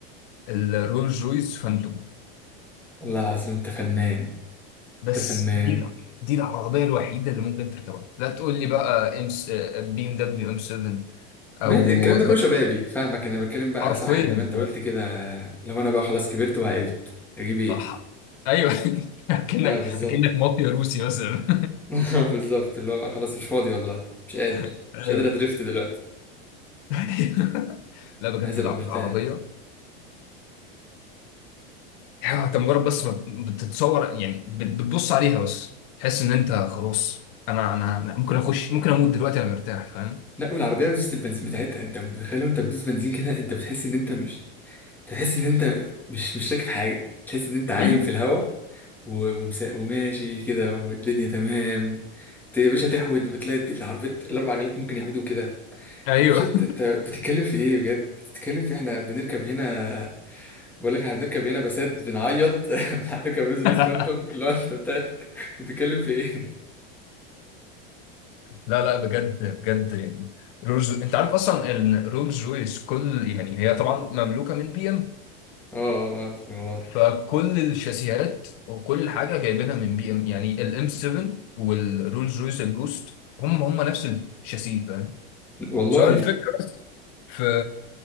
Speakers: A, on the left; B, in the centre.
A: الرولز رويس فانتوم
B: والله العظيم انت فنان
A: بس
B: انت فنان
A: دي دي العربيه الوحيده اللي ممكن تركبها لا تقول لي بقى ام بي ام دبليو ام 7 او
B: ما- الكلام ده كله شبابي فاهمك انا بتكلم بقى
A: حرفيا
B: صح زي ما انت قلت كده لو انا بقى خلاص كبرت وعقلت اجيب ايه
A: أح... ايوه <laughs> اكنك
B: اه بالظبط
A: اكنك مافيا روسي مثلا
B: <laughs> بالظبط اللي هو بقى خلاص مش فاضي والله مش قادر
A: <laughs> ايوه
B: مش قادر ادريفت دلوقتي
A: <laughs> لا بجد
B: عايز ابقى
A: الع-
B: مرتاح
A: العربيه آه، انت مجرد بس ما بتتصور يعني بت- بتبص عليها بس تحس ان انت خلاص انا انا أنا ممكن اخش ممكن اموت دلوقتي انا مرتاح فاهم
B: لا والعربيه دوست البنزين بتاعتها انت متخيل وانت بتدوس بنزين كده انت بتحس ان انت مش تحس ان انت مش مش راكب حاجه تحس ان انت عايم
A: ايوه
B: في الهواء و- ومسا... وماشي كده والدنيا تمام ت- يا باشا تحود وتلاقي الد- العربية الأربع عجلات ممكن يحودوا كده
A: ايوه
B: يا باشا انت انت بتتكلم في ايه بجد بتتكلم في احنا بنركب هنا بقول لك احنا بنركب هنا بسات بنعيط <laughs> بنركب روز بس
A: <laughs>
B: فانتوم اللي هو انت بت- بتتكلم في ايه <laughs>
A: لا لا بجد بجد يعني رولز انت عارف اصلا ان رولز رويس كل يعني هي طبعا مملوكه من بي ام
B: اه اه اه، عارف الموضوع ده
A: فكل الشاسيهات وكل حاجه جايبينها من بي ام يعني الام 7 والرولز رويس الجوست هم هم نفس الشاسيه فاهم
B: والله
A: سؤال الفكرة في